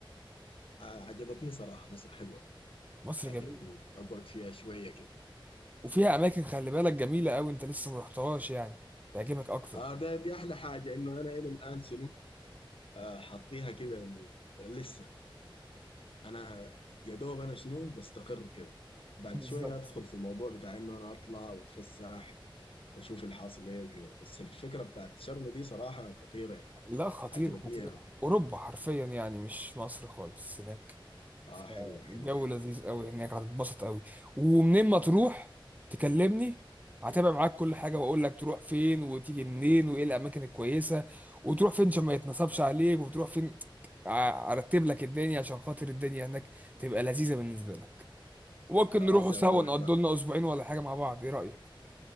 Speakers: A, on the left (about 85°); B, on the right (about 15°).
A: آه، عجبتني صراحة مصر حلوة
B: مصر
A: عجبتني
B: جميلة
A: أقعد فيها شوية كده
B: وفيها اماكن خلي بالك جميلة قوي انت لسه ما رحتهاش يعني تعجبك اكتر
A: آه ده دي أحلى حاجة إنه أنا إلى الآن شنو آه حاطيها كده إني لسه انا يا دوب انا شنو بستقر كده بعد
B: بالظبط
A: شويه ادخل في الموضوع بتاع انه انا اطلع واتفسح واشوف الحاصل ايه وكده بس الفكره بتاعت شرم دي صراحه خطيره يعني
B: لا خطيرة
A: عجبتني
B: خطيرة
A: يعني.
B: اوروبا حرفيا يعني مش مصر خالص هناك
A: اه حلو
B: الجو
A: حلو حلو
B: لذيذ قوي هناك هتتبسط قوي ومنين ما تروح تكلمني هتابع معاك كل حاجه واقول لك تروح فين وتيجي منين وايه الاماكن الكويسه وتروح فين عشان ما يتنصبش عليك وتروح فين ع- ارتب لك الدنيا عشان خاطر الدنيا هناك تبقى لذيذه بالنسبه لك ممكن
A: خلاص
B: نروحوا سوا
A: يا مان انا
B: نقضوا
A: حبا
B: لنا اسبوعين ولا حاجه مع بعض ايه رايك